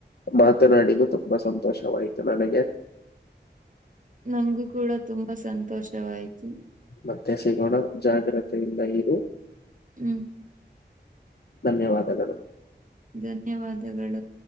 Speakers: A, on the left; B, on the right.
A: ಮಾತನಾಡಿನು ತುಂಬಾ ಸಂತೋಷವಾಯ್ತು ನನಗೆ.
B: ನಮ್ಗೂ ಕೂಡ ತುಂಬಾ ಸಂತೋಷವಾಯ್ತು.
A: ಮತ್ತೆ ಸಿಗೋಣ ಜಾಗ್ರತೆ ಇಂದ ಇರಿ.
B: ಹ್ಮ್,
A: ಧನ್ಯವಾದಗಳು.
B: ಧನ್ಯವಾದಗಳು.